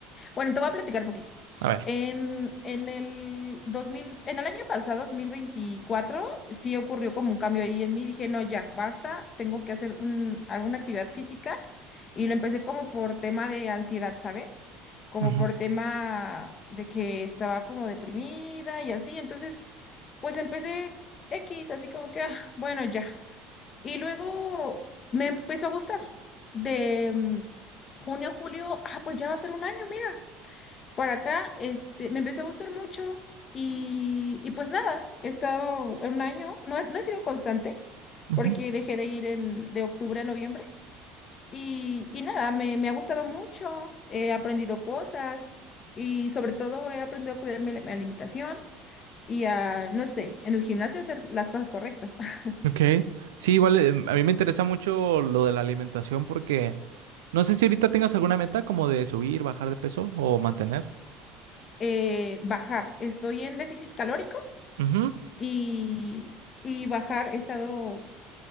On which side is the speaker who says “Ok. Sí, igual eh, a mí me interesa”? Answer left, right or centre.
Right